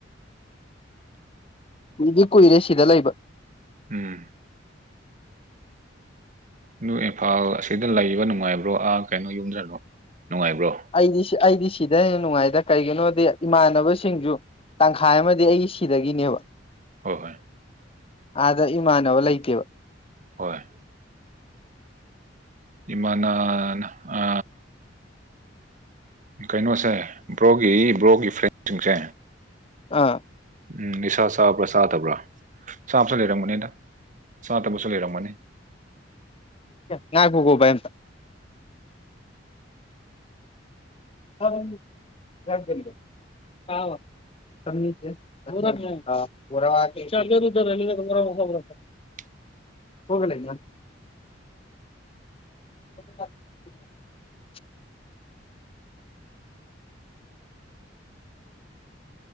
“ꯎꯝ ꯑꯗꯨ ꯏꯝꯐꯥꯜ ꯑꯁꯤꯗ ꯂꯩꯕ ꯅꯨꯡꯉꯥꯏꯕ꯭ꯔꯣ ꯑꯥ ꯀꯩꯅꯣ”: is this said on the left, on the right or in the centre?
Right